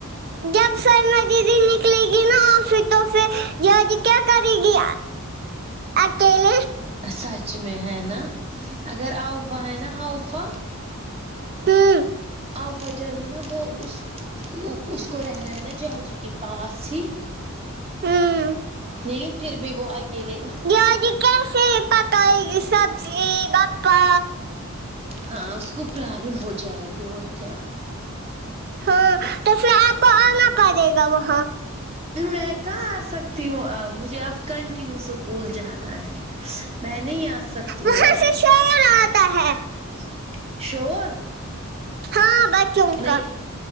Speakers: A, on the right (about 45°); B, on the right (about 25°).
A: جب سرمہ دیدی نکلے گی نا آفس تو پھر <unintelligible> کیا کرے گی اکیلے
B: سچ میں ہے نا اگر اؤفا ہے نا آؤفا
A: ہوں
B: آفا جانی نا وہ اس اس کو رہنا ہے نا جاجی کے پاس ہی
A: ہوں
B: لیکن پھر بھی وہ اکیلے
A: جیاجی کیسے پکائے گی سبزی بپا
B: ہاں اس کو پرابلم ہو جائے گی اور کیا
A: ہاں تو پھر آپ کو آنا پڑے گا وہاں
B: میں کہاں آ سک تیو آ مجھے اب کنٹینیو اسکول جانا ہے میں نہیں آ سکتی
A: وہاں
B: ہوں آج
A: سے شور آتا ہے
B: شور
A: ہاں بچوں
B: نہیں
A: کا